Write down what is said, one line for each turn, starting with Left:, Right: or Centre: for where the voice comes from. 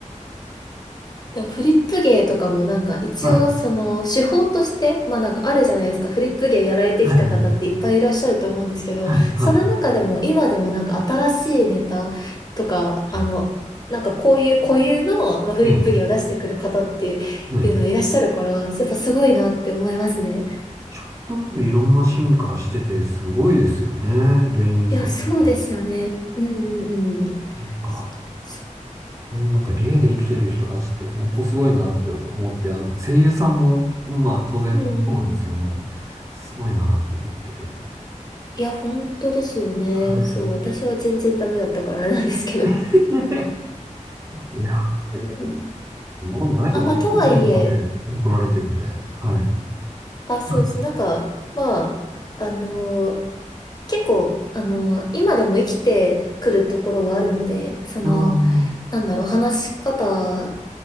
Left: でもフリップ芸とかもなんか一応その手法として、
Right: はい。
Left: まあなんかあるじゃないですか。フリップ芸やられてきた方っていっぱいいらっしゃると思うんですけど、
Right: はい、はい、はい。はい
Left: その中でも今でもなんか新しいネタとか、あの、
Right: そう
Left: なんかこういう固有の、まあ、フリップ芸を出してくる方っていうのがいらっしゃるから、
Right: ええ、ねえ。
Left: やっぱすごいなって思いますね。
Right: ちょっとずついろんな進化してて、すごいですよね。芸人さんとか。
Left: いや、そうですよね。うんうんうん。
Right: なんか、
Left: そ
Right: そういうなんか芸で生きてる人たちって本当すごいなって思って、あの、声優さんも、まあ当然そうなんですけども、
Left: うんうん。
Right: すごいなと思ってて。
Left: いや、本当ですよね。
Right: はい
Left: そう、私は全然ダメだったからあれなんですけど。
Right: <laughs> いや、いや、
Left: うん
Right: そんなことないと思うんです。
Left: あ、まあ、とはいえ、
Right: 最後まで残られてるんで。はい。
Left: あ、そうです。
Right: はい。
Left: なんか、まあ、あのー結構、あのー今でも生きてくるところはあるので、その、
Right: ああ、
Left: なんだろう、話し方